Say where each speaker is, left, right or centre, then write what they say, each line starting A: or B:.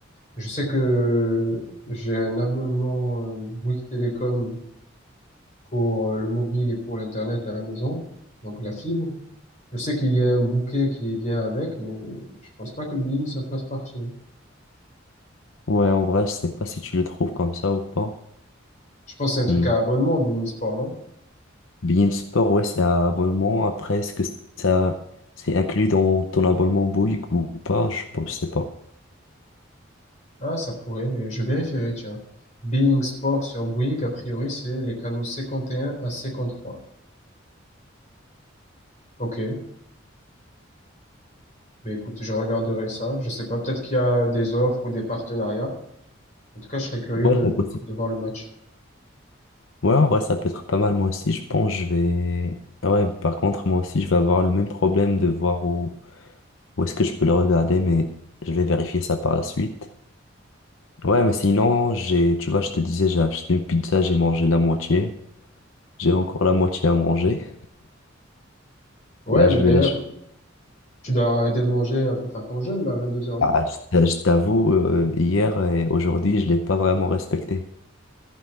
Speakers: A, on the left; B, on the left.
A: Je sais que j'ai un abonnement euh, Bouygues Télécom pour euh, le mobile et pour l'Internet à la maison, donc la fibre. Je sais qu'il y a un bouquet qui vient avec, mais je pense pas que Bein ça fasse partie. hein.
B: Ouais, en vrai, je sais pas si tu le trouves comme ça ou pas.
A: Je pense que c'est un truc
B: Hmm.
A: à abonnement, Bein Sport, non?
B: Bein Sport, ouais, c'est un abonnement. Après, est-ce que ça, c'est inclus dans ton abonnement Bouygues ou pas? Je pense, je sais pas.
A: Ah, ça pourrait, mais je vérifierai, tiens. Bein Sport sur Bouygues, a priori, c'est les canaux 51 à 53. Ok, ben écoute, je regarderai ça. Je sais pas, peut-être qu'il y a des offres ou des partenariats. En tout cas, je serais curieux
B: Ouais,
A: de,
B: c'est possible.
A: de voir le match.
B: Ouais, en vrai, ça peut être pas mal. Moi aussi, je pense, je vais. Ouais, par contre, moi aussi, je vais avoir le même problème de voir où, où est-ce que je peux le regarder, mais je vais vérifier ça par la suite. Ouais, mais sinon, j'ai, tu vois, je te disais, j'ai acheté une pizza, j'ai mangé la moitié. J'ai encore la moitié à manger.
A: Ouais,
B: Là,
A: mais
B: je vais
A: d'ailleurs,
B: la...
A: tu dois arrêter de manger pour faire ton jeûne, là, à 22 heures, non?
B: Ah, je je t'avoue, euh, hier et aujourd'hui, je l'ai pas vraiment respecté.